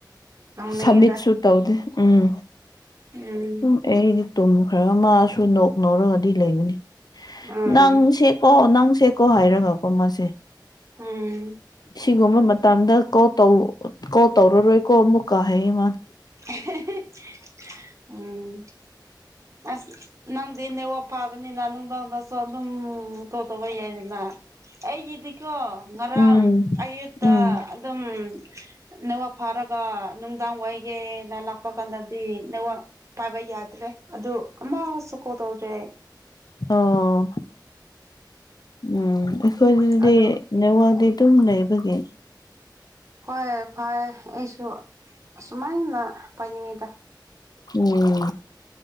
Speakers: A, on the right; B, on the left.
A: ꯅꯣꯛꯅꯤꯡꯉꯤꯗ
B: ꯁꯃꯤꯠꯁꯨ ꯇꯧꯗꯦ ꯎꯝ
A: ꯎꯝ
B: ꯑꯩꯗꯤ ꯇꯨꯝ ꯈꯔ ꯃꯥꯁꯨ ꯅꯣꯛ ꯅꯧꯔꯒꯗꯤ ꯂꯩꯕꯅꯤ
A: ꯑꯥ
B: ꯅꯪ ꯁꯦꯀꯣ ꯅꯪ ꯁꯦꯀꯣ ꯍꯥꯏꯔꯒꯀꯣ ꯃꯥꯁꯦ
A: ꯎꯝ
B: ꯁꯤꯒꯨꯝꯕ ꯃꯇꯝꯗ ꯀꯣ ꯇꯧ ꯀꯣꯜ ꯇꯧꯔꯔꯣꯏꯀꯣ ꯑꯃꯨꯛꯀ ꯍꯥꯏꯌꯦ ꯃꯥ
A: <unintelligible> ꯎꯝ ꯑꯁ ꯅꯪꯗꯤ ꯅꯦꯠꯋꯥꯛ ꯐꯥꯕꯅꯤꯅ ꯅꯨꯡꯗꯥꯡꯗꯁꯨ ꯑꯗꯨꯝ ꯀꯣꯜ ꯇꯧꯕ ꯌꯥꯏꯗꯅ ꯑꯩꯒꯤꯗꯤꯀꯣ ꯉꯔꯥꯡ
B: ꯎꯝ
A: ꯑꯌꯨꯠꯇ
B: ꯎꯝ
A: ꯑꯗꯨꯝ ꯅꯦꯋꯥꯛ ꯐꯥꯔꯒ ꯅꯨꯡꯗꯥꯡ ꯋꯥꯏꯒꯦ ꯅ ꯂꯥꯛꯄ ꯀꯥꯟꯗꯗꯤ ꯅꯦꯋꯥꯛ ꯄꯥꯏꯕ ꯌꯥꯗ꯭ꯔꯦ ꯑꯗꯨ ꯑꯃ ꯁꯨ ꯀꯣꯜ ꯇꯧꯗ꯭ꯔꯦ
B: ꯑꯣ ꯎꯝ ꯑꯩꯈꯣꯏ ꯑꯗꯨꯗꯤ
A: ꯑꯗꯨ
B: ꯅꯦꯋꯥꯜꯗꯤ ꯑꯗꯨꯝ ꯂꯩꯕꯒꯤ
A: ꯍꯣꯏ ꯐꯔꯦ ꯑꯩꯁꯨ ꯑꯁꯨꯃꯥꯏꯅ ꯄꯥꯏꯅꯤꯡꯉꯤꯗ
B: ꯎꯝ